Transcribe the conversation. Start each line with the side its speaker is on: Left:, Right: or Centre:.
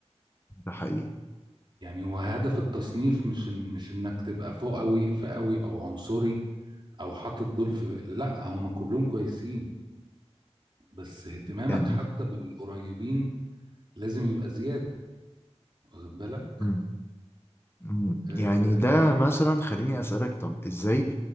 Left: ده حقيقي
Right: يعني هو هدف التصنيف مش إن مش انك تبقى فوقوي فئوي او عنصري او حاطط دول في لا هم كلهم كويسين بس اهتمامك
Left: يعني
Right: حتى بالقريبين لازم يبقى زيادة واخد بالك
Left: مم. مم.
Right: آه
Left: يعني ده مثلا خليني اسألك طب ازاي